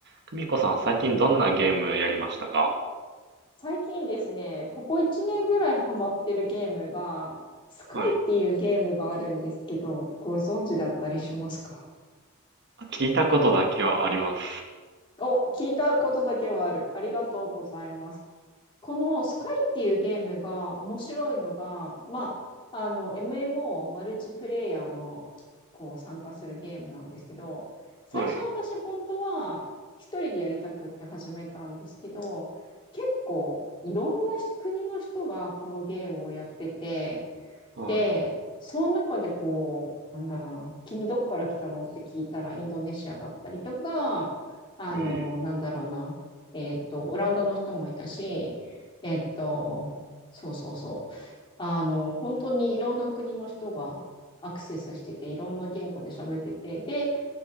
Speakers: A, on the right (about 50°); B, on the left (about 25°).
A: 久美子さんは最近どんなゲームやりましたか
B: 最近ですね、ここ1年ぐらいハマってるゲームが、スカイっていうゲームがあるんですけど、
A: はい。
B: ご存知だったりしますか
A: あ聞いたことだけはあります。
B: お、聞いたことだけはある。ありがとうございます。このスカイっていうゲームが面白いのが、まあ、あの MMO マルチプレイヤーのこう参加するゲームなんですけど、最初私本当は一人でやりたくって始めたんですけど、
A: はい。
B: 結構いろんな国の人がこのゲームをやってて、
A: はい。
B: で、その中でこう、なんだろうな、君どっから来たのって聞いたらインドネシアだったりとか、あの、
A: ええ。
B: なんだろうな、えっと、オランダの人もいたし、えっと、そうそうそう。あの、本当にいろんな国の人がアクセスしてて、いろんな言語で喋ってて、で、